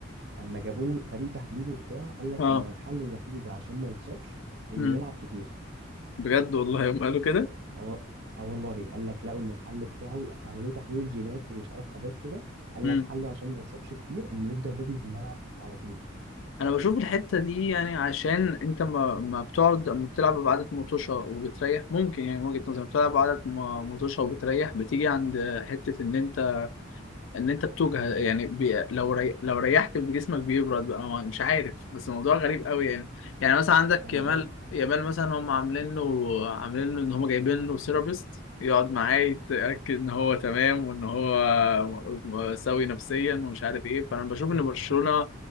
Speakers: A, on the right; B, on the left.
A: اما جابوا له فريق تحليل وبتاع قال لك
B: آه.
A: ان هو الحل الوحيد عشان ما يتصابش انه
B: مم.
A: يلعب كتير
B: بجد والله يوم قالوا كده
A: اه اه والله قال لك لقوا ان الحل بتاعه عملوه تحليل جينات ومش عارف حاجات كده قال
B: مم.
A: لك حله عشان ما يتصابش كتير انه يفضل رجله في الملعب على طول
B: انا بشوف الحتة دي يعني عشان انت ما, ما بتقعد ما بتلعب بعدد مطوشة وبتريح ممكن يعني من وجهة نظري بتلعب بعدد م- مطوشة وبتريح بتيجي عند حتة ان انت ان انت بتوجع يعني بي... لو ري... لو ريحت من جسمك بيبرد بقى ما- مش عارف بس موضوع غريب قوي يعني يعني مثلا عندك
A: انا
B: يامال
A: اه
B: يامال مثلا هم عاملين له عاملين له ان هم جايبين له سيرابيست يقعد معاه يتاكد ان هو تمام وان هو سوي نفسيا ومش عارف ايه فانا بشوف
A: <laughs>
B: ان برشلونه